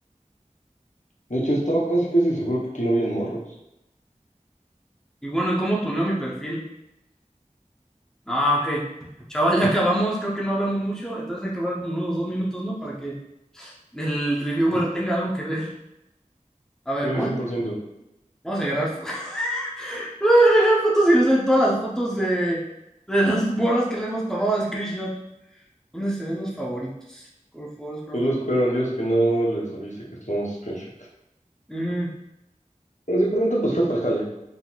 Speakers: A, on the left; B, in the centre.
A: De hecho, estaba casi casi seguro que aquí no habían morras.
B: y bueno, ¿cómo tuneo mi perfil? Ah, ok. Chaval, ya acabamos, creo que no hablamos mucho, entonces hay que hablar como unos dos minutos, ¿no? Para que el reviewer tenga algo que ver. A ver,
A: Sí,
B: vamos,
A: cien por ciento.
B: vamos a agarrar, fo- <laughs> vamos a agregar fotos y les doy todas las fotos de, de las borras que le hemos tomado de screenshot. ¿Dónde se ven los favoritos? Core photos, profile.
A: Solo espero en Dios que no les avise que estamos screenshot.
B: Ujú.
A: Pero si preguntan, pues fue para el jale.